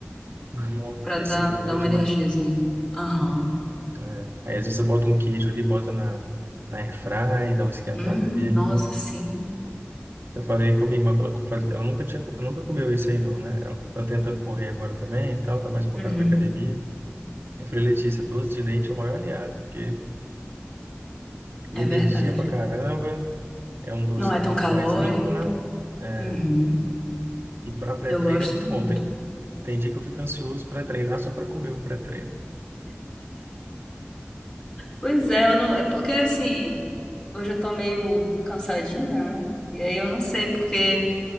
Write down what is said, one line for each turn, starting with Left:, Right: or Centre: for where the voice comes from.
Right: Nó-
Left: pra
Right: Esse
Left: dar,
Right: aí é
Left: dar
Right: bom
Left: uma
Right: demais,
Left: energiazinha.
Right: né?
Left: Aham.
Right: É. Aí às vezes você bota um queijo ali, bota na, na airfry, dá uma esquentada
Left: Hum,
Right: ali.
Left: nossa, sim.
Right: Eu falei com a minha irmã que ela fazia, ela nunca tinha, nunca comeu isso aí não, né? Ela tá tentando correr agora também e tal, tá mais focada
Left: Uhum.
Right: na academia. Eu falei, Letícia, doce de leite é o maior aliado, porque energia
Left: É verdade.
Right: pra caramba, é um doce
Left: Não é
Right: ali
Left: tão
Right: um pouco
Left: calórico.
Right: mais limpo, né? É,
Left: Uhum.
Right: e pra pré-treino
Left: Eu gosto
Right: é muito
Left: muito.
Right: bom. Tem, tem dia que eu fico ansioso pra treinar só pra comer o pré-treino.
Left: Pois é, eu não, é porque assim, hoje eu tô meio cansadinha, né? E aí eu não sei porque